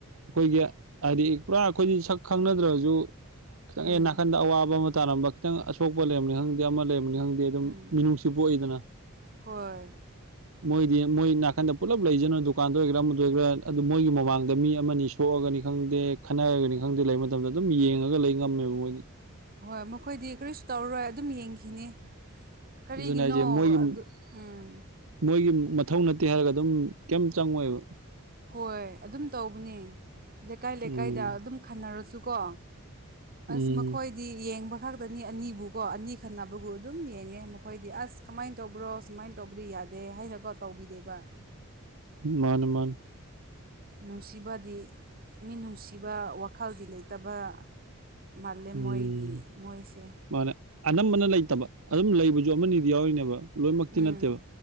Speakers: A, on the right; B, on the right.
A: ꯑꯩꯈꯣꯏꯒꯤ ꯍꯥꯏꯗꯤ ꯄꯨꯔꯥ ꯑꯩꯈꯣꯏꯗꯤ ꯁꯛ ꯈꯪꯅꯗ꯭ꯔꯖꯩ ꯈꯤꯇꯪ
B: ꯎꯝ
A: ꯍꯦꯛ ꯅꯥꯀꯟꯗ ꯑꯋꯥꯕ ꯑꯃ ꯇꯥꯔꯝꯕ ꯈꯤꯇꯪ ꯑꯁꯣꯛꯄ ꯂꯩꯔꯝꯕꯅꯤ ꯈꯪꯗꯦ ꯑꯃ ꯂꯩ ꯈꯪꯗꯦ ꯑꯗꯨꯝ
B: ꯎꯝ
A: ꯃꯤꯅꯨꯡꯁꯤ ꯄꯣꯛꯏꯗꯅ
B: ꯍꯣꯏ
A: ꯃꯣꯏꯗꯤ ꯃꯣꯏ ꯅꯥꯀꯟꯗ ꯄꯨꯂꯞ ꯂꯩꯖꯅꯨ ꯗꯨꯀꯥꯟꯗ ꯑꯣꯏꯒꯦꯔ ꯑꯃꯗ ꯑꯣꯏꯒꯦꯔ ꯑꯗꯨ ꯃꯣꯏꯒꯤ ꯃꯃꯥꯡꯗ ꯃꯤ ꯑꯃꯅꯤ ꯁꯣꯛꯑꯒꯅꯤ ꯈꯪꯗꯦ ꯈꯟꯅꯔꯒꯅꯤ ꯈꯪꯗꯦ ꯂꯩꯕ ꯃꯇꯝꯗ ꯑꯗꯨꯝ ꯌꯦꯡꯉꯒ ꯂꯩ ꯉꯝꯃꯦꯕ ꯃꯣꯏꯗꯤ
B: ꯍꯣꯏ ꯃꯈꯣꯏꯗꯤ ꯀꯔꯤꯁꯨ ꯇꯧꯔꯔꯣꯏ ꯑꯗꯨꯝ ꯌꯦꯡꯈꯤꯅꯤ ꯀꯔꯤꯒꯤꯅꯣ
A: ꯑꯗꯨꯅ ꯑꯩꯁꯦ ꯃꯣꯏꯒꯤ
B: ꯑꯗꯨ ꯎꯝ
A: ꯃꯣꯏꯒꯤ ꯃꯊꯧ ꯅꯠꯇꯦ ꯍꯥꯏꯔꯒ ꯑꯗꯨꯝ ꯀꯩꯝ ꯆꯪꯉꯣꯏꯕ
B: ꯍꯣꯏ ꯑꯗꯨꯝ ꯇꯧꯕꯅꯦ ꯂꯩꯀꯥꯏ ꯂꯩꯀꯥꯏꯗ
A: ꯎꯝ
B: ꯑꯗꯨꯝ ꯈꯟꯅꯔꯁꯨꯀꯣ ꯑꯁ
A: ꯎꯝ
B: ꯃꯈꯣꯏꯗꯤ ꯌꯦꯡꯕ ꯈꯛꯇꯅꯤ ꯑꯅꯤꯕꯨꯀꯣ ꯑꯅꯤ ꯈꯟꯅꯕꯕꯨ ꯑꯗꯨꯝ ꯌꯦꯡꯉꯦ ꯃꯈꯣꯏꯗꯤ ꯑꯁ ꯀꯃꯥꯏꯅ ꯇꯧꯕ꯭ꯔꯣ ꯁꯨꯃꯥꯏꯅ ꯇꯧꯕꯗꯤ ꯌꯥꯏ ꯌꯥꯗꯦ ꯍꯥꯏꯅꯀꯣ ꯇꯧꯒꯤꯗꯦꯕ
A: ꯃꯥꯅꯤ ꯃꯥꯅꯤ
B: ꯅꯨꯡꯁꯤꯕꯗꯤ ꯃꯤ ꯅꯨꯡꯁꯤꯕ ꯋꯥꯈꯜꯗꯤ ꯂꯩꯇꯕ ꯃꯥꯜꯂꯦ
A: ꯎꯝ
B: ꯃꯣꯏꯒꯤ ꯃꯣꯏꯁꯦ
A: ꯃꯥꯅꯦ ꯑꯅꯝꯕꯅ ꯂꯩꯇꯕ ꯑꯗꯨꯝ ꯂꯩꯕꯖꯨ ꯑꯃꯅꯤꯗꯤ ꯌꯥꯎꯔꯤꯅꯦꯕ ꯂꯣꯏꯅꯃꯛꯇꯤ
B: ꯎꯝ
A: ꯅꯠꯇꯦꯕ